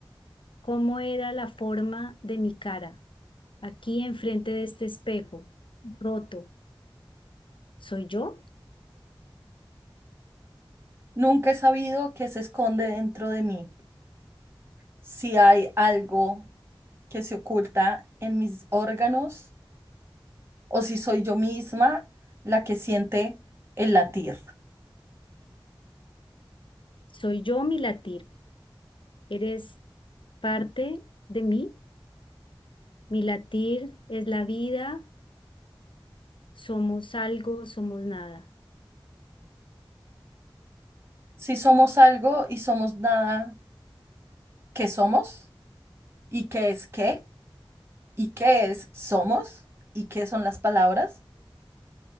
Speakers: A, on the left; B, on the right.
A: cómo era la forma de mi cara, aquí enfrente de este espejo, roto. ¿Soy yo?
B: Nunca he sabido qué se esconde dentro de mí, si hay algo que se oculta en mis órganos o si soy yo misma la que siente el latir.
A: ¿Soy yo mi latir? ¿Eres parte de mí? Mi latir es la vida, somos algo, somos nada.
B: Si somos algo y somos nada, ¿qué somos? ¿Y qué es qué? y qué es somos y qué son las palabras.